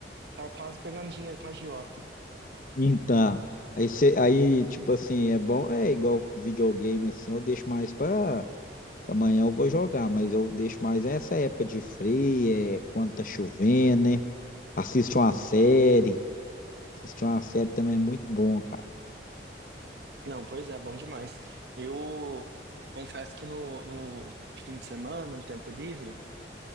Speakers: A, on the right (about 65°); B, on the left (about 45°).
A: tá quase pegando dinheiro com a agiota.
B: Então, aí, cê- aí, tipo assim, é bom, é igual videogame, assim, eu deixo mais pra amanhã eu vou jogar, mas eu deixo mais essa época de frio, é, quando tá chovendo, né? Assiste uma série, assiste uma série também é muito bom, cara.
A: Não, pois é, bom demais. Eu confesso que no, no fim de semana, no tempo livre,